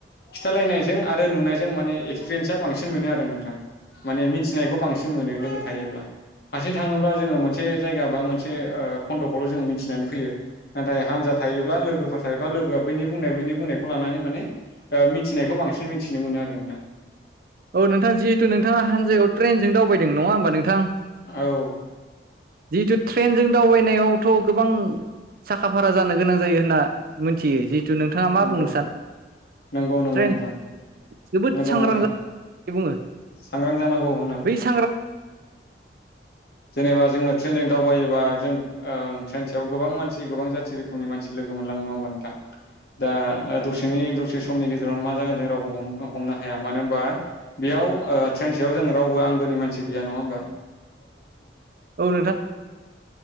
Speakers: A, on the left; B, on the right.
A: खिन्थालायनायजों आरो नुनायजों माने एक्सपिरियेन्सा बांसिन मोनो आरो नोंथां । माने मिथिनायखौ बांसिन मोनो लोगो थायोब्ला। हारसिं थाङोब्ला जोङो मोनसे जायगा बा मोनसे खन्द'खौल' जों मिथिनानै फैयो । नाथाय हानजा थायोब्ला लोगोफोर थायोबा लोगोआ बैनि बुंनाय बैनि बुंनायखौ लानानै माने मिथिनायखौ बांसिन बांसिन मिथिनो मोनो आरो नोंथां।
B: औ नोंथां जिहेथु नोंथाङा हानजायाव ट्रेनजों दावबायदों नङा होमबा नोंथां
A: औ
B: जिहेथु ट्रेनजों दावबायनायावथ' गोबां साखा फारा जानो गोनां जायो होनना मिथियो जि नोंथाङा मा
A: नंगौ
B: बुंनो सानो
A: नंगौ नंगौ
B: ट्रेन
A: नोंथां
B: जोबोद
A: नंगौ
B: सांग्रां
A: नोंथां
B: जानानै बुङो
A: सांग्रां जानांगौ होनो
B: बै सांग्रां
A: जेनेबा जोङो ट्रेनजों दावबायोबा जों ट्रेन सायाव गोबां मानसि गोबां जाथि रोखोमनि मानसि लोगो मोनलांनोङ होमबा नोंथां दा दसेनि दसे समनि गेजेरावनो मा जागोन जों रावबो हमनो हाया मानो होनबा बेयाव ट्रेन सआव जों रावबो आंनिानसि गैया नङा होमबा
B: औ नोंथां